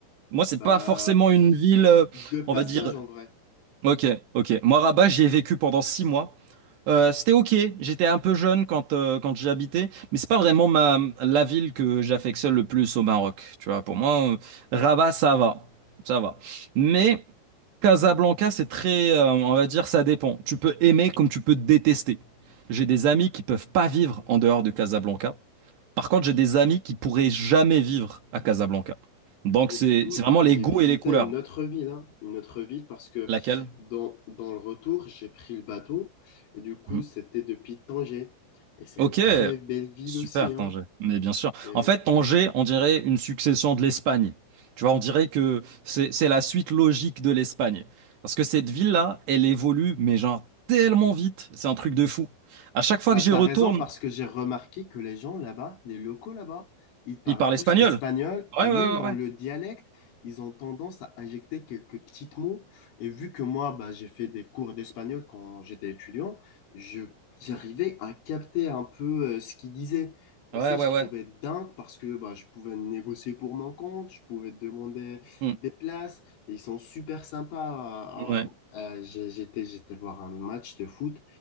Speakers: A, on the right; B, on the left.
A: Moi, c'est
B: Bah,
A: pas forcément une ville, euh,
B: de passage
A: on va dire,
B: en vrai.
A: ok, ok. Moi, Rabat, j'y ai vécu pendant six mois. Euh, c'était ok, j'étais un peu jeune quand, euh, quand j'y habitais, mais c'est pas vraiment ma, la ville que j'affectionne le plus au Maroc. Tu vois, pour moi, euh, Rabat, ça va, ça va. Mais Casablanca, c'est très, euh, on va dire, ça dépend. Tu peux aimer comme tu peux détester. J'ai des amis qui peuvent pas vivre en dehors de Casablanca. Par contre, j'ai des amis qui pourraient jamais vivre à Casablanca. Donc,
B: Et
A: c'est
B: du coup,
A: c'est vraiment
B: j'ai
A: les goûts
B: visité
A: et les couleurs.
B: une autre ville, hein, une autre ville parce que
A: Laquelle?
B: dans, dans le retour, j'ai pris le bateau. Et du coup,
A: Mhm.
B: c'était depuis Tanger. Et c'est
A: Ok,
B: une très belle ville
A: super
B: aussi, hein.
A: Tanger, mais bien sûr.
B: Et
A: En fait, Tanger, on dirait une succession de l'Espagne. Tu vois, on dirait que c'est c'est la suite logique de l'Espagne. Parce que cette ville-là, elle évolue, mais genre tellement vite, c'est un truc de fou. À chaque fois
B: Bah,
A: que
B: t'as
A: j'y retourne,
B: raison parce que j'ai remarqué que les gens là-bas, les locaux là-bas, ils parlent
A: ils parlent
B: tous
A: espagnol.
B: espagnol
A: Ouais,
B: et
A: ouais,
B: même dans
A: ouais, ouais.
B: le dialecte, ils ont tendance à injecter quelques petits mots. Et vu que moi, bah, j'ai fait des cours d'espagnol quand j'étais étudiant, je, j'arrivais à capter un peu euh, ce qu'ils disaient. Et
A: Ouais,
B: ça,
A: ouais,
B: je trouvais
A: ouais.
B: dingue parce que bah, je pouvais négocier pour mon compte, je pouvais demander
A: Mm.
B: des places et ils sont super sympas.
A: Ouais,
B: Euh, euh, j'ai- j'étais, j'étais voir un match de foot